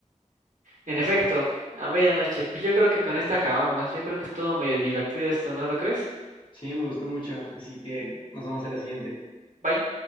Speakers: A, on the right (about 70°); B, on the left (about 35°).
A: En efecto, a medianoche. Pues yo creo que con esto acabamos. Yo creo que estuvo medio divertido esto, ¿no lo crees?
B: Sí, me gustó mucho, así que nos vamos a la siguiente.
A: Bye.